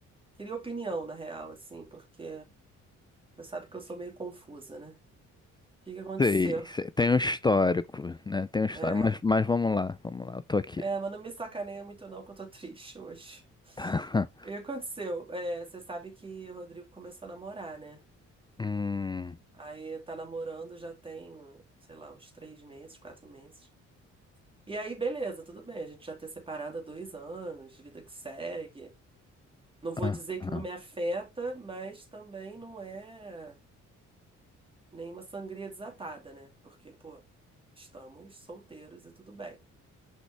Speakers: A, on the right; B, on the left.
A: Queria opinião, na real, assim, porque você sabe que eu sou meio confusa, né? O que que aconteceu?
B: Sei, sei. Tem um histórico, né? Tem um histórico,
A: É,
B: mas, mas vamos lá, vamos lá, eu tô aqui.
A: é,
B: <laughs>
A: mas não me sacaneia muito, não, que eu tô <laughs> triste hoje.
B: Tá.
A: O que aconteceu? É, você sabe que o Rodrigo começou a namorar, né?
B: Hum,
A: Aí tá namorando já tem, sei lá, uns três meses, quatro meses. E aí, beleza, tudo bem. A gente já ter separado há dois anos, vida que segue. Não vou
B: ah,
A: dizer
B: ah,
A: que não me afeta, mas também não é nenhuma sangria desatada, né? Porque, pô, estamos solteiros e tudo bem.